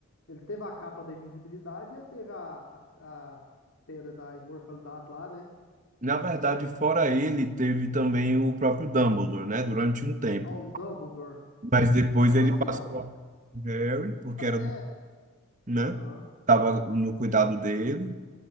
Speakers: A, on the left; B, on the right.
A: ele teve a capa da invisibilidade, e ele teve a, a, a pedra da imortalidade lá, né?
B: Na verdade, fora ele, teve também o próprio Dumbledore, né? Durante um tempo.
A: Ó, o Dumbledore.
B: Mas depois
A: Ó,
B: ele
A: Assim,
B: passou
A: ó,
B: a Harry, porque
A: até.
B: era, né?
A: Aham,
B: Tava no cuidado dele.